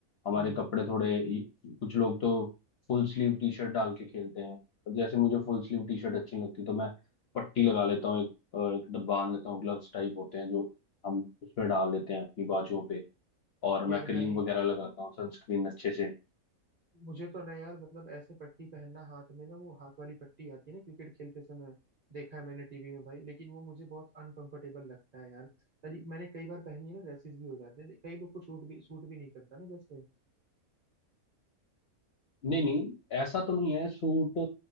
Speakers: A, on the left; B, on the right.
A: हमारे
B: हम्म
A: कपड़े थोड़े कुछ लोग तो फुल स्लीव टी शर्ट डाल के खेलते हैं पर जैसे मुझे फुल स्लीव टी शर्ट अच्छी नहीं लगती तो मैं पट्टी लगा लेता हूँ एक, एक बांध लेता हूँ ग्लव्स टाइप होते हैं जो हम उसमें डाल लेते हैं अपनी बाजुओं पे और मैं
B: यार
A: क्रीम
B: भाई
A: वगैरह लगाता हूँ सनस्क्रीन अच्छे से
B: मुझे तो ना यार मतलब ऐसे पट्टी पहनना हाथ में ना वो हाथ वाली पट्टी आती है ना क्रिकेट खेलते समय देखा है मैंने टीवी में भाई लेकिन वो मुझे बहुत अनकंफर्टेबल लगता है यार तरी- मैंने कई बार पहनी है ना रैसेस भी हो जाते हैं कई लोग को शूट भी सूट भी नहीं करता ना जैसे
A: नहीं नहीं ऐसा तो नहीं है सूट